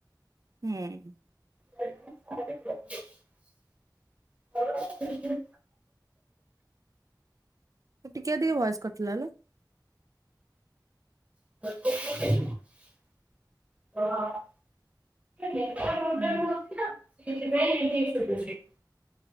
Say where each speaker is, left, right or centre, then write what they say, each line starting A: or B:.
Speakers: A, on the right; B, on the right.
A: ହୁଁ।
B: <inaudible>
A: ତୁ ଟିକେ ଟିକେ ଭଏସ କଟିଲା ନା।
B: <inaudible> <inaudible>
A: ହୁଁ।